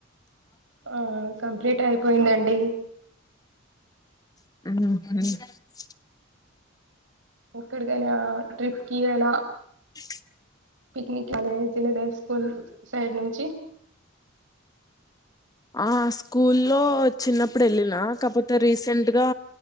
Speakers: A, on the right; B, on the left.
A: ఆ కంప్లీట్ అయిపోయిందండి
B: ఆ
A: ఎక్కడికైనా ట్రిప్ కి అలా
B: ఇ
A: పిక్నిక్ కాలే జలదై స్కూల్ సైడ్ నుంచి
B: ఆ స్కూల్లో చిన్నప్పుడు వెళ్ళినా కాకపోతే రీసెంట్ గా